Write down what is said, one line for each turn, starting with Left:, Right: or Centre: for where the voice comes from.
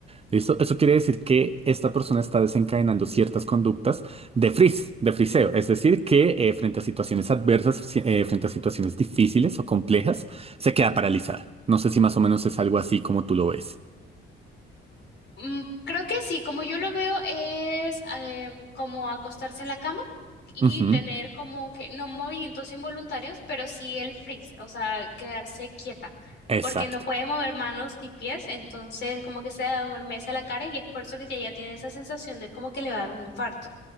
Right: ¿Listo? Eso quiere decir que esta persona está desencadenando ciertas conductas de frizz, de friseo, es decir, que eh, frente a situaciones adversas, si- eh, frente a situaciones difíciles o complejas, se queda paralizada. No sé si más o menos es algo así como tú lo ves.
Left: Mm, creo que sí, como yo lo veo es em, como acostarse en la cama y
Right: Ujú,
Left: tener como que no movimientos involuntarios, pero sí el freeze, o sea, quedarse quieta,
Right: Exacto.
Left: porque no puede mover manos ni pies, entonces como que se adormece la cara y es por eso que ella tiene esa sensación de como que le va a dar un infarto,